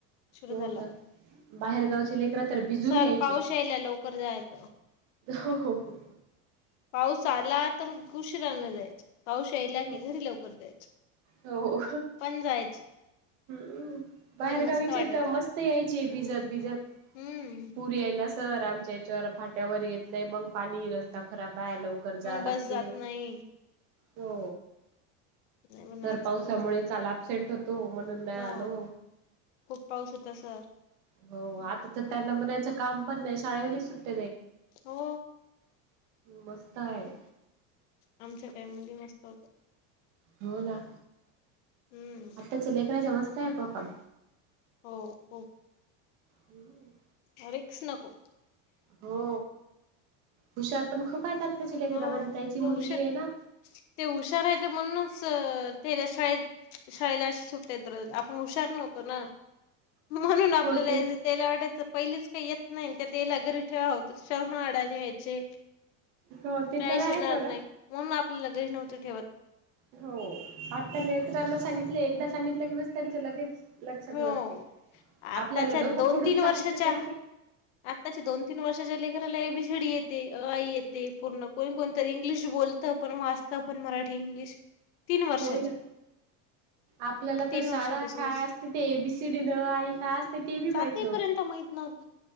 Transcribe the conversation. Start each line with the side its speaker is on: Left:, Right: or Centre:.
Left: उशीर
Right: हो
Left: झाला
Right: ना. बाहेर गावचे लेकरं तर भिजून
Left: सर
Right: यायचे
Left: पाऊस यायला लवकर जायचं.
Right: हो हो हो
Left: पाऊस आला तर घुशीरान जायचं. पाऊस यायला
Right: हो
Left: की घरी लवकर जायचं,
Right: हो
Left: पण जायचं.
Right: हम् बाहेरगावीचे
Left: पण मस्त वाटायचं
Right: तर मस्त
Left: आता
Right: यायचे. भिजत, भिजत
Left: हम्म
Right: पूर यायला. सर आमच्या याच्यावर फाट्यावर येत नाही, मग पाणी रस्ता खराब आहे, लवकर जावे
Left: मग
Right: लागते.
Left: बस जात नाही
Right: हो
Left: नाही पण
Right: तर
Left: आजकालच
Right: पावसामुळे काल अपसेंट होते. तो म्हणून नाही
Left: हा
Right: आलो.
Left: खूप पाऊस होता सर
Right: हो आता तर त्यांना म्हणायचं काम पण नाही, शाळेवालेच सुद्
Left: हो
Right: मस्त आहे.
Left: आमच्या टाइमींग ले मस्त होतं.
Right: हो ना.
Left: हम्म
Right: आत्ताच्या लेकरायच्या मस्त आहे बो काम
Left: हो हो
Right: हम्म
Left: ए रिस्क नको.
Right: हो हुशार पण खूप आहेते आताची लेकर
Left: हो
Right: माझ त्यायची मुलगी
Left: ते हुशार
Right: आहे ना.
Left: ते हुशारह म्हणूनच त्या शाळेत शाळेला सुटेत पशार नव्हतो ना म्हणून आपल्याला
Right: हो ते
Left: त्याला वाटायचं पहिलीच काही येत नाही त्या तेला घरी ठेवा होत शर्ण अडाणी व्यायचे
Right: हो ते
Left: काहीच
Right: तर आहेच
Left: येणार
Right: म्हणा.
Left: नाही, म्हणून आपल्याला घरी नव्हते ठेवत.
Right: हो आत्तानी लेकरांना सांगितले एकदा सांगितले की, बस त्यांच्या लगेच. लक्षात
Left: हो
Right: बसते, आपल्याला
Left: आताच्या
Right: डोकं
Left: दोन
Right: फोडून
Left: तीन
Right: सांगितलं
Left: वर्षाच्या
Right: तरी
Left: आत्ताच्या दोन तीन वर्षाच्या लेकराला ए बी सी डी येते, अ आ ई येते पूर्ण. कोण कोणतरी इंग्लिश बोलतं, पण वाचत, पण मराठी इंग्लिश. तीन वर्षाचे
Right: हो ना आपल्याला
Left: तीन
Right: तर शाळा
Left: वर्षापासूनच
Right: काय असत ते एबीसीडी न आई काय असते ते बी माहित
Left: सातवीपर्यंत
Right: नव्हते
Left: माहित नव्हतं